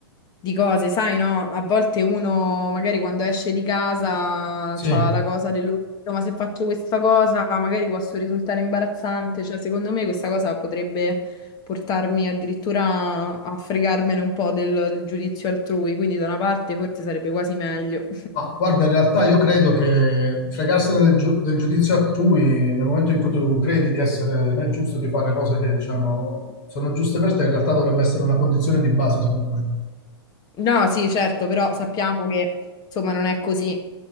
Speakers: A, on the left; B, on the left.
A: di cose, sai, no? A volte uno magari quando esce di casa
B: sì,
A: c'ha la cosa dell'orecchio, ma se faccio questa cosa magari posso risultare imbarazzante, cioè secondo me questa cosa potrebbe portarmi addirittura a fregarmene un po' del, del giudizio altrui, quindi da una parte forse sarebbe quasi meglio.
B: ma guarda, in realtà io credo che fregarsene del, giu- del giudizio altrui nel momento in cui tu credi di essere nel giusto, di fare cose che, diciamo, sono giuste per te, in realtà dovrebbe essere una condizione di base, secondo me.
A: No, sì, certo, però sappiamo che insomma non è così.